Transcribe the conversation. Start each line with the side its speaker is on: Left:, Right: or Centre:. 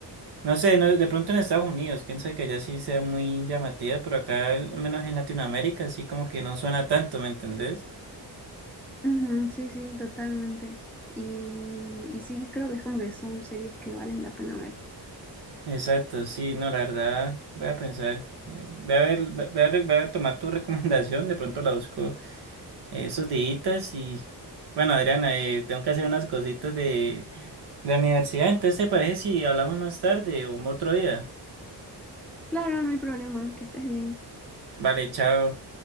Right: No sé, no- de pronto en Estados Unidos, quién sabe que allá sí sea muy llamativa, pero acá, al menos en Latinoamérica, sí como que no suena tanto, ¿me entendés?
Centre: ujú, sí, sí, totalmente. Y, y sí, creo que es como que son series que valen la pena ver.
Right: Exacto, sí, no, la verdad, voy a pensar, eh, voy a ver, voy a, re- voy a tomar tu <laughs> recomendación, de pronto la busco eh, esos días y, bueno, Adriana, eh, tengo que hacer unas cositas de la universidad, entonces, ¿te parece si hablamos más tarde o otro día?
Centre: Claro, no hay problema, que estés bien.
Right: Vale, chao.